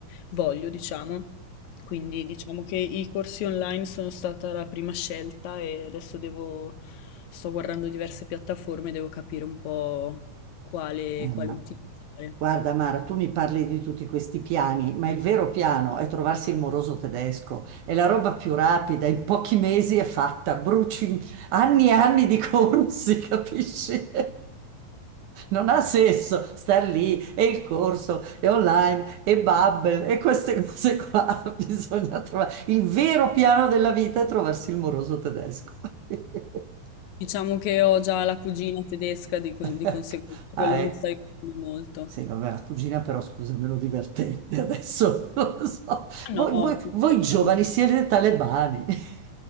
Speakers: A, on the left; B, on the right.
A: voglio, diciamo. Quindi diciamo che i corsi online sono stata la prima scelta e adesso devo, sto guardando diverse piattaforme, devo capire un po' quale,
B: Eh,
A: quale
B: ma-
A: utilizzare.
B: Guarda Mara, tu mi parli di tutti questi piani, ma il vero piano è trovarsi il moroso tedesco. È la roba più rapida, in pochi mesi è fatta, bruci anni e anni di corsi, <laughs> capisci? Non ha senso star lì e il corso e online e Babbel e queste cose qua. <laughs> Bisogna trovare il vero piano della vita è trovarsi il moroso tedesco. <laughs>
A: Diciamo che ho già la cugina tedesca, di, cui- di
B: Ecco.
A: conseguenza quello
B: Ah,
A: mi
B: ecco.
A: sta aiutando molto.
B: Sì, vabbè, la cugina però, scusa, è meno divertente adesso, <laughs> non lo so.
A: Ah
B: Voi,
A: no,
B: voi-
A: ci
B: voi
A: scherziamo.
B: giovani siete talebani. <laughs>